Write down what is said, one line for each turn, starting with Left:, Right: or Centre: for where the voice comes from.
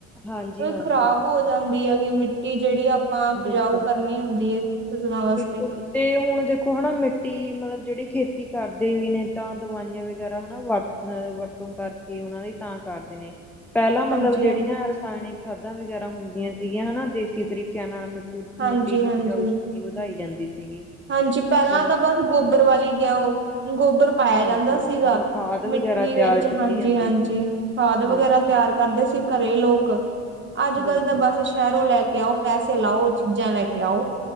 Centre: ਹਾਂਜੀ
Right: ਫੇਰ
Centre: ਹਾਂਜੀ
Right: ਖ਼ਰਾਬ
Centre: ਹਾਂਜੀ
Right: ਹੋ ਜਾਂਦੀ ਹੈ ਕਿ ਮਿੱਟੀ ਜਿਹੜੀ ਆਪਾਂ ਉਪਜਾਊ
Centre: ਬਿਲਕੁਲ
Right: ਕਰਨੀ ਹੁੰਦੀ ਹੈ ਫਸਲਾਂ ਵਾਸਤੇ
Centre: ਬਿਲਕੁਲ ਤੇ ਹੁਣ ਦੇਖੋ ਹਨਾ ਮਿੱਟੀ ਮਤਲਬ ਜਿਹੜੀ ਖੇਤੀ ਕਰਦੇ ਵੀ ਨੇ ਤਾਂ ਦਵਾਈਆਂ ਵਗੈਰਾ ਹਨਾ ਵੱਧਦੀ ਅ ਵਰਤੋਂ ਕਰਕੇ ਉਹਨਾਂ ਲਈ ਤਾਂ ਕਰਦੇ ਨੇ ਪਹਿਲਾਂ ਮਤਲਬ
Right: ਹਾਂਜੀ
Centre: ਜਿਹੜੀਆਂ ਰਸਾਇਣਿਕ ਖਾਦਾਂ ਵਗੈਰਾ ਹੁੰਦੀਆਂ ਸੀਗੀਆਂ ਹਨਾ ਦੇਸੀ ਤਰੀਕਿਆਂ ਨਾਲ
Right: ਹਾਂਜੀ
Centre: ਮਿੱਟੀ ਦੀ
Right: ਹਾਂਜੀ ਹਾਂਜੀ
Centre: ਉਪਜਾਊ ਸ਼ਕਤੀ ਵਧਾਈ ਜਾਂਦੀ ਸੀਗੀ
Right: ਹਾਂਜੀ ਪਹਿਲਾਂ
Centre: ਤੇ
Right: ਤਾਂ ਬਸ ਗੋਬਰ ਵਾਲੀ ਗਿਆ ਉਹ ਗੋਬਰ ਪਾਇਆ
Centre: ਹਾਂਜੀ
Right: ਜਾਂਦਾ ਸੀਗਾ
Centre: ਮਤਲਬ ਖਾਦ
Right: ਮਿੱਟੀ
Centre: ਵਗੈਰਾ ਤਿਆਰ
Right: ਵਿੱਚ
Centre: ਕੀਤੀ
Right: ਹਾਂਜੀ-
Centre: ਜਾਂਦੀ
Right: ਹਾਂਜੀ
Centre: ਸੀ
Right: ਖਾਦ
Centre: ਹਾਂਜੀ
Right: ਵਗੈਰਾ ਤਿਆਰ ਕਰਦੇ ਸੀ ਘਰੇ ਲੋਕ ਅੱਜ-
Centre: ਬਿਲਕੁਲ
Right: ਕੱਲ ਤਾਂ ਬਸ ਸ਼ਹਿਰੋਂ ਲੈ ਕੇ ਆਓ ਪੈਸੇ ਲਾਓ ਚੀਜ਼ਾਂ ਲੈ ਕੇ ਆਓ